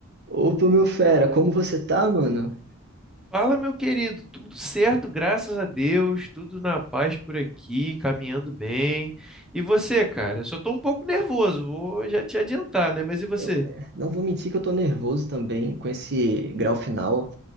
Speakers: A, on the right; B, in the centre.
A: Opa, meu fera, como você tá, mano?
B: Fala, meu querido, tudo certo, graças a Deus, tudo na paz por aqui, caminhando bem. E você, cara? Só tô um pouco nervoso, vou já te adiantar, né? Mas e você?
A: Eu eh, não vou mentir que eu tô nervoso também com esse grau final,